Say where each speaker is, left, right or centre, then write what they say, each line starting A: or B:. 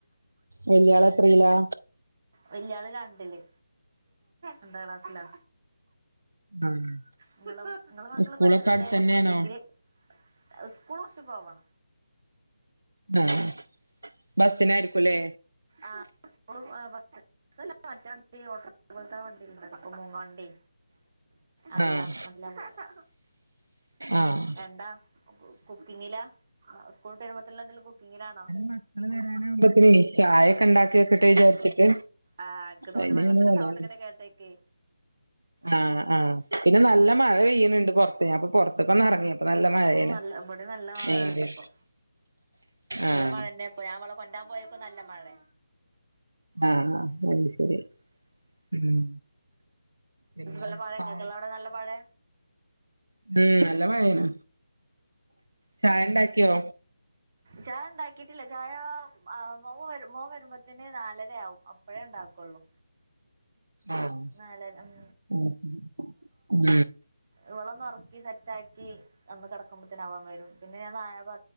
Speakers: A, on the right (about 80°); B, on the right (about 40°).
A: വല്യാളെത്രയിലാ
B: വല്ല്യാള് രണ്ടില് രണ്ടാംക്ലാസിലാ
A: ആഹ്
B: <unintelligible> നിങ്ങളെ മക്കളിപ്പത്രല്ലേ
A: സ്കൂളൊക്കെ അടുത്തന്നെയാണോ
B: ഡിഗ്രി അത് സ്കൂൾ കൊറച്ച് പോവണം
A: ആഹ് ബസിനായിരിക്കുല്ലേ
B: ആഹ് സ്‌കൂള് ആഹ് ബസ്സിൽ സ്സല്ല മറ്റേ വണ്ടി ഓട്ടോ പോലത്തെ വണ്ടിണ്ട് ഇപ്പം മൂങ്ങ വണ്ടി അതിലാണ്
A: ആഹ്
B: അതിലാ പോണ്ടെ
A: ആഹ്
B: എന്താ കുക്കിങ്ങിലാ സ്കൂളിട്ട് വരുമ്പത്തുള്ള എന്തേലും കുക്കിങ്ങിലാണോ
A: മക്കള് വരാനാവുമ്പത്ത്നേ ചായയൊക്കെ ഉണ്ടാക്കി വെക്കിട്ട് വിചാരിച്ചിട്ട്
B: ആഹ് എനിക്ക് തോന്നി
A: അയിന്
B: വെള്ളത്തിന്റെ
A: ഇങ്ങനെ വന്നതാ
B: സൗണ്ട് ഇങ്ങനെ കേട്ടേക്കെ
A: ആഹ് -ആഹ് പിന്നെ നല്ല മഴ പെയ്യണണ്ട് പൊറത്ത് അപ്പൊ പൊറത്തുക്കൊന്നെറങ്ങിയപ്പം നല്ല മഴയാണ്
B: ആഹ് നല്ല ഇവിടെ നല്ല മഴയൊണ്ട്
A: ഏഹ്
B: ഇപ്പോ
A: ആഹ്
B: മഴന്നെ ഇപ്പൊ ഞാൻ ഇവളെ കൊണ്ടരാൻ പോയപ്പം നല്ല മഴെ
A: ആഹ് -അത്ശരി ശരി ഉം പിന്നെ
B: നല്ല മഴെ
A: ചായ
B: നിങ്ങളവിടെ നല്ല മഴെ
A: ഉം നല്ല മഴയാണ് ചായ ഉണ്ടാക്കിയോ
B: ചായ ഉണ്ടാക്കിട്ടില്ല ചായ മോ വരു മോൻ വരുമ്പോത്തിന് നാലരയാവും അപ്പഴേ ഉണ്ടാക്കുള്ളൂ
A: ആണോ
B: നാലര ഉം.
A: അത് ശരി ഉം
B: ഇവളൊന്നൊറക്കി സെറ്റ് ആക്കി ഒന്ന് കിടക്കുമ്പത്തന് അവൻ വരും പിന്നെ ഞാൻ നാളെ പ